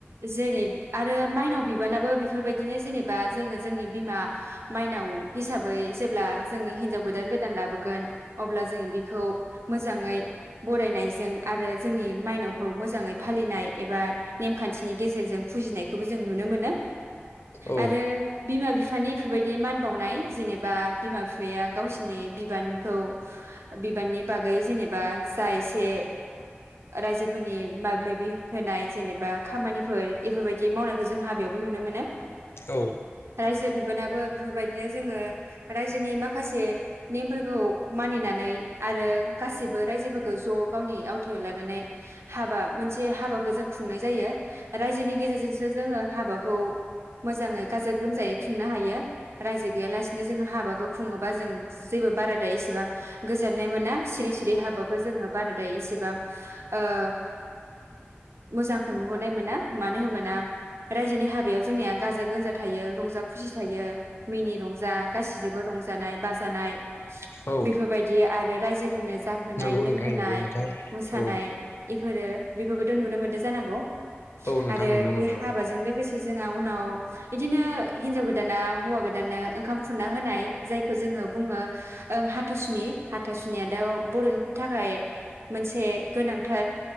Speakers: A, on the right; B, on the left.
A: जेरै आरो माइनाव बिबानाबो बेफोरबायदिनो जेनेबा जोङो जोंनि बिमा माइनाव हिसाबै जो ब्ला जोंनि हिनजाव गोदान गोदान लाबोगोन अब्ला जों बेखौ मोजाङै बरायनायजों आरो जोंनि माइनावखौ मोजाङै फालिनाय एबा नेम खानथिनि गेजेरजों फुजिनायखौबो जों नुनो मोनो
B: औ
A: आरो बिमा बिफानि बेफोरबायदि मान बावनाय जेनेबा बिमा बिफाया गावसिनि बिबानखौ बिबाननि बागै जेनेबा जा एसे राइजो <unintelligible> माबा माबि होनाय जेनेबा खामानिफोर इफोरबायदि मावनायखौ जों हाबायावबो नुनो मोनो
B: औ
A: रायजो बिबानाब बो बेफोरबायदिनो जोङो रायजोनि माखासे नेमफोरखौ मानिनानै आरो गासिबो रायजोफोरखौ ज' गावनि आवथायाव लानानै हाबा मोनसे हाबाखौ जों खुंनाय जायो रायजोनि गेजेरजोंसो जोङो हाबाखौ मोजाङै गाजा गोमजायै खुंनो हायो रायजो गैयालासिनो जोङो हाबाखौ खुङोबा जों जेबो बाराद्राय एसेबां गोजोननाय मोना सिरि सिरि हाबाखौ जोङो बाराद्राय एसेबां ओ मोजांखौ नुहरनाय मोना मानो होनबाना रायजोनि हाबायाव जोंनिया गाजा गोमजा थायो रंजा खुसि थायो मिनि रंजा गासैजोंबो रंजानाय बाजानाय
B: औ
A: बेफोरबायदि आरो रायजोफो फोरनो जाहोनाय
B: नंगौ
A: लोंहोनाय
B: नोंथां नंगौ नोंथां
A: मोसानाय
B: औ
A: एफोरो बेफोरखौथ' नुनो मोन जानांगौ
B: औ नोंथां
A: आरो
B: नुनो
A: बे
B: मोनो
A: हाबाजों लोगोसे जोंहा उनाव इदिनो हिनजाव गोदाना हौवा गोदाननो ओंखाम खुरना होनाय जायखौ जोङो बुङो ओ हाथासुनि हाथासुनिया द' बर'नि थाखाय मोनसे गोनांथार